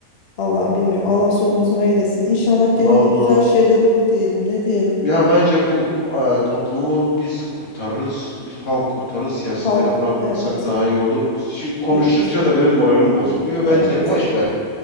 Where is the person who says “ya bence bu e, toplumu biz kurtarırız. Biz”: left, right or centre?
Left